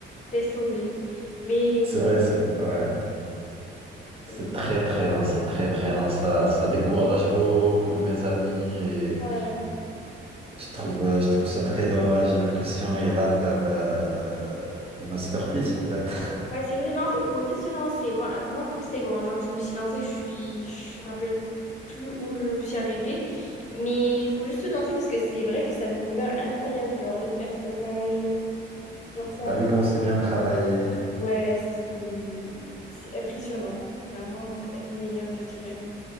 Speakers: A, on the left (about 35°); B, on the right (about 30°).
A: laisse tomber. Mais
B: C'est vrai, c'est- ouais.
A: ouais, c'est-
B: C'est très très lent, c'est très très lent. Ça, ça décourage beaucoup de mes amis et
A: ouais.
B: je trouve, euh, je trouve ça très dommage. J'ai l'impression ils ratent euh, une masterpiece en fait.
A: Ouais, c'est vrai. Non, en fait, faut juste se lancer. Moi, euh, moi je trouve que c'est bon. Genre, je me suis lancée, je suis... je me rappelle plus où je me suis arrêtée. Mais il faut juste se lancer parce que c'est vrai que c'est un univers incroyable. Genre, les personnages,
B: <laughs>
A: genre, ça.
B: T'as vu comment c'est bien travaillé?
A: Ouais, c'est c'est impressionnant. Vraiment, c'est un des meilleurs, je dirais.